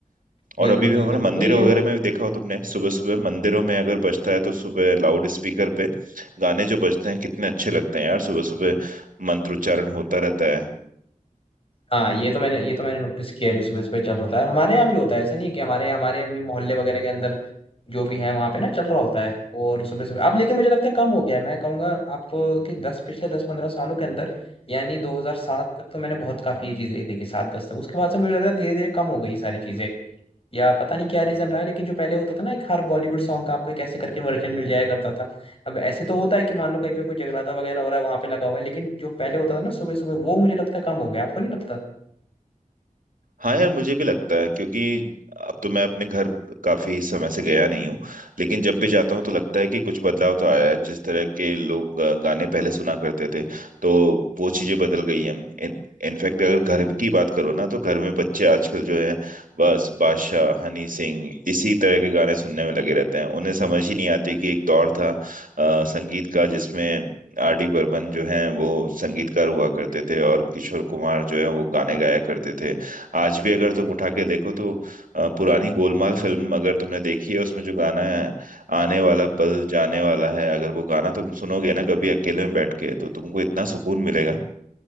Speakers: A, on the left (about 40°); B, on the right (about 75°).
A: बिल्कुल
B: और अभी भी
A: बिल्कुल
B: हमारे मंदिरों
A: तो ये
B: वगैरह में भी देखा हो तुमने सुबह सुबह मंदिरों में अगर बजता है तो सुबह लाउड स्पीकर पे गाने जो बजते हैं कितने अच्छे लगते हैं यार सुबह सुबह मंत्रोच्चारण होता रहता है
A: हाँ ये तो मैंने ये तो मैंने नोटिस किया है जो सुबह सुबह चल रहा था हमारे यहाँ भी होता है ऐसा नहीं है कि हमारे हमारे भी मोहल्ले वगैरह के अंदर जो भी है वहां पे ना चल रहा होता है और सुबह सुबह अब लेकिन मुझे लगता है कम हो गया है मैं कहूंगा आपको कि दस पिछले दस पंद्रह सालों के अंदर यानी 2007 तक तो मैंने बहुत काफी ये चीजें देखी सात दस तक उसके बाद से मुझे लग रहा है धीरे धीरे कम हो गई ये सारी चीजें या पता नहीं क्या रीजन रहा है लेकिन जो पहले होता था ना एक हर बॉलीवुड सॉन्ग का आपको एक ऐसे करके वर्जन मिल जाया करता था अब ऐसे तो होता है कि मान लो कहीं पे कोई जगराता वगैरह हो रहा है वहां पे लगा हुआ है लेकिन जो पहले होता था ना सुबह सुबह वो मुझे लगता है कम हो गया आपको नहीं लगता
B: हाँ यार मुझे भी लगता है क्योंकि अब तो मैं अपने घर काफी समय से गया नहीं हूँ लेकिन जब भी जाता हूँ तो लगता है कि कुछ बदलाव तो आया है जिस तरह के लोग अ, गाने पहले सुना करते थे तो वो चीजें बदल गई हैं इन इनफैक्ट अगर घर की बात करो ना तो घर में बच्चे आजकल जो है बस बादशाह हनी सिंह इसी तरह के गाने सुनने में लगे रहते हैं उन्हें समझ ही नहीं आती कि एक दौर था अ, संगीत का जिसमें आर डी बर्मन जो है वो संगीतकार हुआ करते
A: हम्म।
B: थे और किशोर कुमार जो है वो गाने गाया करते थे आज भी अगर तुम उठा के देखो तो अ, पुरानी गोलमाल फिल्म अगर तुमने देखी है उसमें जो गाना है आने वाला पल जाने वाला है अगर वो गाना तुम सुनोगे ना कभी अकेले में बैठ के तो तुमको इतना सुकून मिलेगा